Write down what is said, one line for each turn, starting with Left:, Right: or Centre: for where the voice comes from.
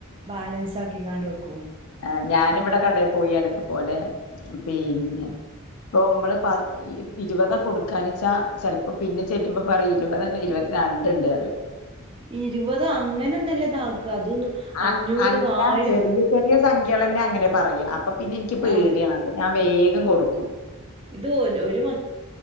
Right: ബാലൻസാക്കികാണ്ട് വെക്കും
Left: ആ ഞാനിവിടെ
Right: ഞം
Left: കടേപോയാലിതുപോലെ പിന്നെ ഇപ്പൊ അമ്മള് പാ ഇരുപതാകൊടുക്കാനുച്ചാ ചെൽപ്പോ പിന്നെ ചെല്ലുമ്പോ പറേം ഇരുപതല്ല ഇരുപത്തിരണ്ടുണ്ടറയും
Right: ഇരുപതാ അങ്ങനൊന്നല്ലതാക്കാ അതൊന്ന്
Left: ആ
Right: അഞ്ഞൂറും
Left: അല്ല
Right: ആയിരോം
Left: ചെറിയ ചെറിയ സംഖ്യകളന്നെ അങ്ങനെയാ പറയാ അപ്പൊ പിന്നെ ഇൻക്ക്പേടിയാണ്
Right: ആഹ്
Left: അപ്പ ഞാൻ വേഗംകൊടുക്കും
Right: ഇത് ഒരു ഒരുമാ